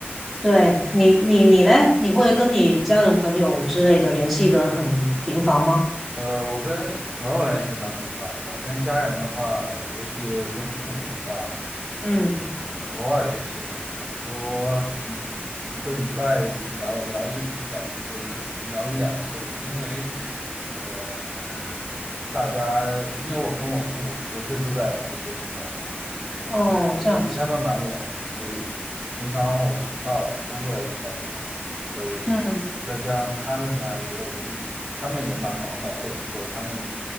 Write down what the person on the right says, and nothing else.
呃，我跟朋友联系的蛮频繁的吧，跟家人的话，尤其跟父母的话，
呃，偶尔联系吧，差不多一一一个礼拜聊聊一一两次，聊一两次吧，因为，呃，大家因为我跟我父母不是住在同一个地方嘛，我在我离他们蛮远的，
所以平常我说话我工作也比较忙。所以就再加上他们呢，
也有自己，他们也蛮忙的，或者说他们